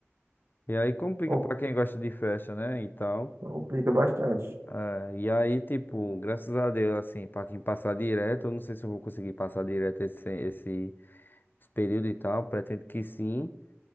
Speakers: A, on the left; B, on the right.
A: E aí complica
B: com-
A: pra quem gosta de festa, né? E tal.
B: complica bastante.
A: É, e aí, tipo, graças a Deus, assim, pra quem passar direto, eu não sei se eu vou conseguir passar direto esse, esse, esse período e tal. Pretendo que sim.